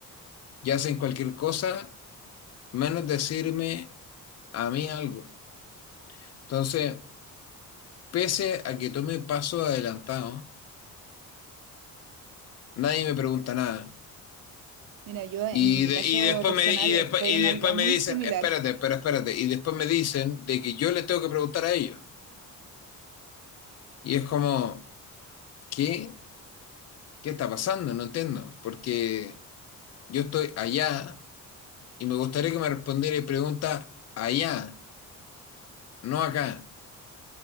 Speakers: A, on the left (about 50°); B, on the right (about 90°).
A: y hacen cualquier cosa menos decirme a mí algo. Entonces, pese a que tome pasos adelantados, nadie me pregunta nada.
B: Mira, yo en
A: Y,
B: mi
A: de-
B: caso
A: y después
B: personal
A: me, y, después,
B: estoy
A: y
B: en
A: después
B: algo muy
A: me dicen,
B: similar.
A: espérate, pero espérate. Y después me dicen de que yo les tengo que preguntar a ellos. Y es como, ¿qué? ¿Qué está pasando? No entiendo. Porque yo estoy allá y me gustaría que me respondiera preguntas allá, no acá.